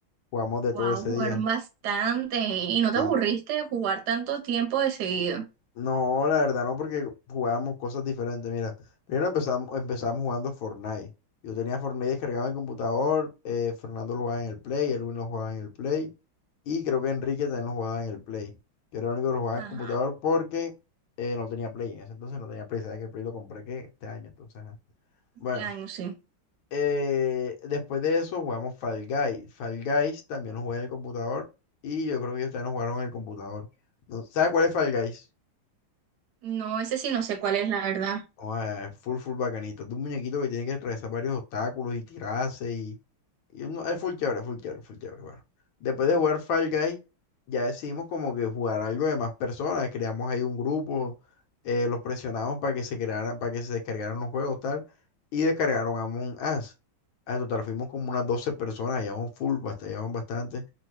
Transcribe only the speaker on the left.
Jugamos de
todo ese
día.
Y
no, la verdad, no, porque jugábamos cosas diferentes. Mira, primero empezamos, empezamos jugando Fortnite. Yo tenía Fortnite descargado en el computador, eh, Fernando lo jugaba en el Play, Erwin lo jugaba en el Play. Y creo que Enrique también lo jugaba en el Play. Yo era el único que lo jugaba
en el computador porque eh, no tenía Play. En ese entonces no tenía Play. Sabes que el Play lo compré que este año. Entonces, ajá.
Bueno,
eh, después de eso jugamos Fall Guys. Fall Guys también lo jugué en el computador. Y yo creo que ellos también lo jugaron en el computador. No, ¿sabes cuál es Fall Guys?
Oh, eh, full, full bacanito. Es de un muñequito que tiene que atravesar varios obstáculos y tirarse Y uno- es full chévere, full chévere, full chévere. Bueno, después de jugar Fall Guy, ya decidimos como que jugar algo de más personas. Creamos ahí un grupo, eh, los presionamos para que se creara para que se descargaran los juegos, tal. Y descargaron Among Us. Al total fuimos como unas 12 personas, llevamos full, bast- llevamos bastante.